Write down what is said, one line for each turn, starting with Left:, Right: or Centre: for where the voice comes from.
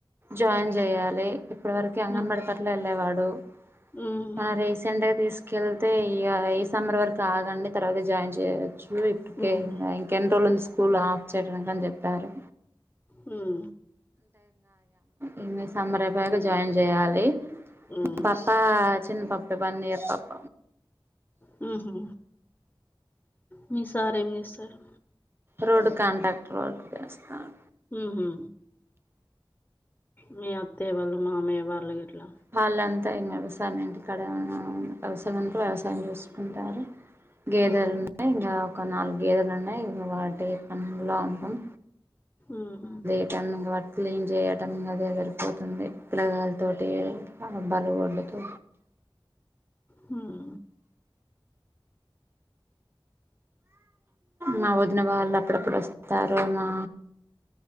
Right: జాయిన్ చెయాలి ఇప్పటి వరకు అంగన్వాడికర్లు
Left: ఉమ్,
Right: వెళ్ళేవాడు అ
Left: ఉమ్,
Right: <inaudible> మన రీసెంట్ గా తీసుకు కెళ్తే ఈ ఈ సమ్బర్ వరకు ఆగండి తర్వాత జాయిన్ చేయొచ్చు ఓకే
Left: ఉమ్,
Right: ఇంక ఎన్నోలుంది స్కూల్ స్కూల్ ఆఫ్చెంరంట అంట చెప్పారు
Left: హ్మా
Right: ఈన్ని సమ్మర్ అయిపోయాక జాయిన్ జేయాలి
Left: ఉమ్,
Right: మా పాపా చిన్న పాపే వన్ ఇయర్ పాప
Left: హ్మా హా మీ సార్ ఏం జేస్తారు
Right: రోడ్డు కాంట్రాక్టర్ వర్క్ చేస్తారు
Left: ఉహు మీ అత్తయ వాళ్ళు మామ్మయ్య వాళ్ళు గెట్లా
Right: వాళ్ళంతా వ్యవసాయం ఇంటి కాడ ఆ వ్యవసాయం అంటే వ్యవసాయం చేసుకుంటారు గేదెలు
Left: ఉమ్,
Right: ఉన్నయి ఒక నాలుగేదులు ఉన్నాయి ఇ వాటి పన్లో ఉంటాం
Left: ఉమ్,
Right: <inaudible> క్లీన్ జేయటం అద సరిపోతుంది పిలగాలతోటి బర్రిగొడ్లికి
Left: హ్మ్
Right: మా వదినవాల అప్పుడప్పుడు వస్తారు మా